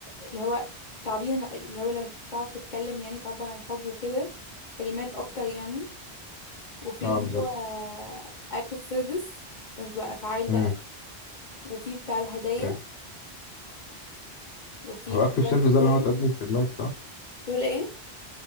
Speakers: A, on the left; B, on the left.
A: اللي هو تعبير اللي هو لما بتعرف تتكلم يعني تعبر عن الحب وكده كلمات اكتر يعني وفي
B: اه
A: اللي
B: بالظبط
A: هو act of service لما تبقى افعال
B: مم.
A: بقى وفي بتاع الهدايا
B: مم.
A: وفي
B: هو
A: ال
B: اكتف
A: quality
B: سيرفيس ده
A: time
B: اللي هو تقدم خدمات صح؟
A: دول ايه